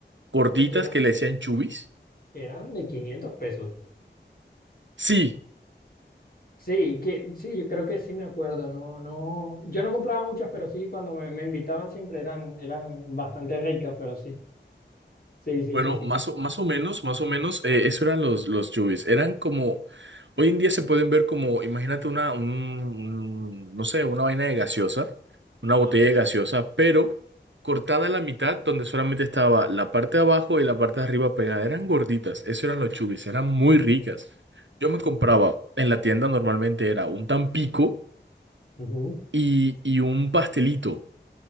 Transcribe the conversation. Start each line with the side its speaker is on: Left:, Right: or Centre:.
Right: gorditas,
Left: Uy, que eran.
Right: que le decían chubis.
Left: que eran de 500 pesos.
Right: Sí,
Left: Sí, que, sí, yo creo que sí me acuerdo, no, no, yo no compraba muchas, pero sí, cuando me, me invitaban siempre eran, eran bastante ricas, pero sí, sí, sí,
Right: Bueno,
Left: sí, sí.
Right: más o, más o menos, más o menos, eh, eso eran los, los yubis. Eran como, hoy en día se pueden ver como, imagínate una, un, un, no sé, una vaina de gaseosa, una
Left: Ajá.
Right: botella de gaseosa, pero cortada a la mitad, donde solamente estaba la parte de abajo y la parte de arriba pegada. Eran gorditas, eso eran los chubis, eran muy ricas. Yo me compraba, en la tienda normalmente era un tampico
Left: Ujú.
Right: y, y un pastelito.